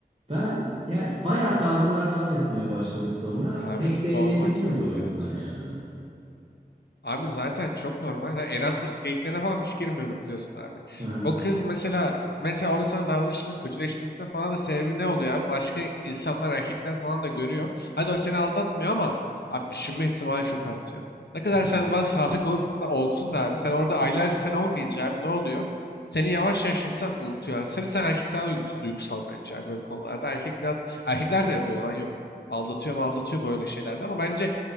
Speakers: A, on the right; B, on the left.
A: Ben yani bayağı kavgalar falan etmeye başladık sonra.
B: Abi
A: Pek de iyiye
B: normal.
A: gitmedi o yüzden
B: Evet.
A: yani.
B: Abi zaten çok normal. Yani Erasmus geyiklerine falan hiç girmiyorum biliyorsun abi.
A: Aha.
B: O kız mesela mesela orada sana davranışının kötüleşmesine falan da sebebi ne oluyor abi? Başka insanlar, erkekler falan da görüyor. Hadi o seni aldatmıyor ama abi düşünme ihtimali çok artıyor. Ne kadar
A: hı. Hı
B: sen bana sadık olursa olsun da abi sen orada aylarca sen olmayınca abi ne oluyor? Seni yavaş yavaş insan unutuyor. Yani seni sen erkek sana duygus- duygusal bence abi böyle konularda. Erkek biraz erkekler de yapıyor yalan yok. Aldatıyor mu aldatıyor böyle şeylerde ama bence